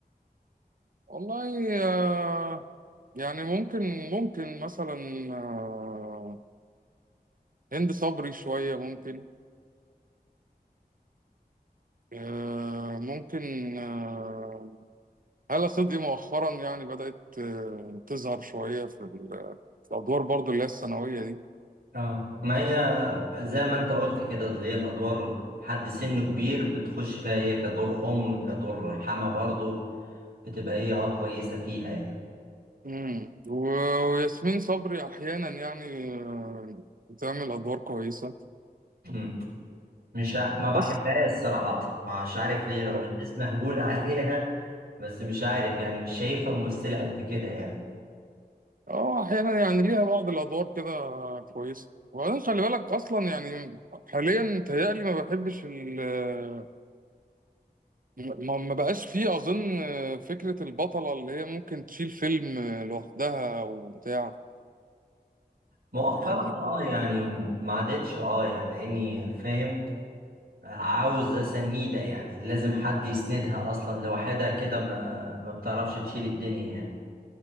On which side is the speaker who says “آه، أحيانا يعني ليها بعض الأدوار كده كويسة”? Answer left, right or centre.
Right